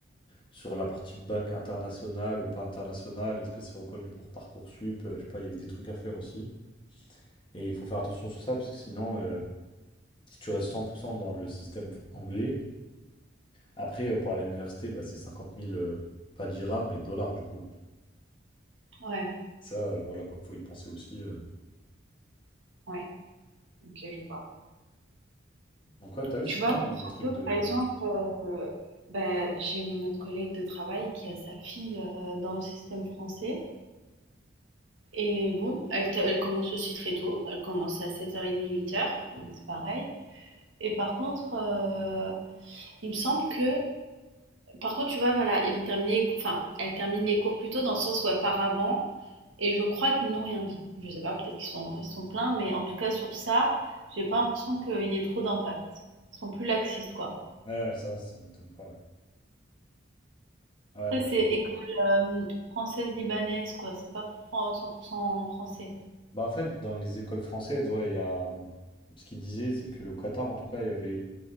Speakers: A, on the left (about 25°); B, on the right (about 80°).
A: Sur la partie bac international ou pas international, est-ce que c'est reconnu pour Parcoursup? Euh, Je sais pas, il y avait des trucs à faire aussi. Et il faut faire attention sur ça, parce que sinon, euh, si tu restes 100% dans le système anglais, après, euh, pour aller à l'université, bah, c'est cinquante mille euh, pas dirhams, mais dollars, du coup.
B: ouais,
A: Ça, euh, voilà, quoi, faut y penser aussi. euh.
B: ouais, OK, je vois.
A: Donc ouais, t'as vu, c'est
B: Tu vois,
A: dingue
B: contrario,
A: dans le truc de...
B: par exemple, heu, bah, j'ai mon autre collègue de travail qui a sa fille, heu, dans le système français et bon, elle te elle commence aussi très tôt, elle commence à sept heures trente, huit heures donc c'est pareil et par contre, heu, il me semble que Par contre, tu vois, voilà, ils vont terminer les cours, enfin, elles terminent les cours plus tôt dans le sens où elles partent avant, et je crois qu'ils n'ont rien dit. Je sais pas, peut-être qu'ils sont, ils sont pleins, mais en tout cas sur ça, j'ai pas l'impression qu'il y ait trop d'impact. Ils sont plus laxistes, quoi.
A: Ouais, ouais, ça, ça m'étonne pas. Ouais. Ouais,
B: Après,
A: bah tu
B: c'est
A: vois.
B: école euh, française-libanaise, quoi. C'est pas fran- 100% français.
A: Bah en fait, dans les écoles françaises, ouais, il y a... hum, Ce qu'ils disaient, c'est qu'au Qatar, en tout cas, il y avait